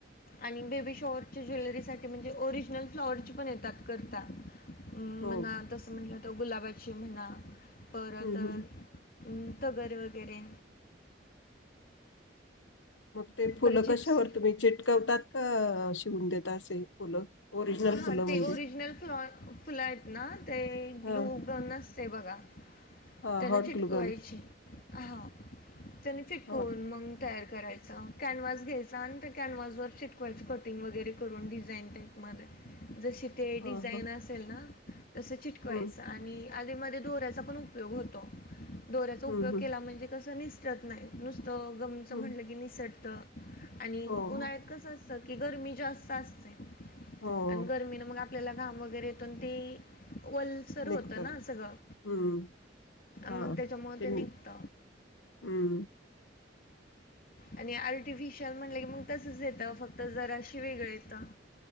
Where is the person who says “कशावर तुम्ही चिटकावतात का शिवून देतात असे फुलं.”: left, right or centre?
Left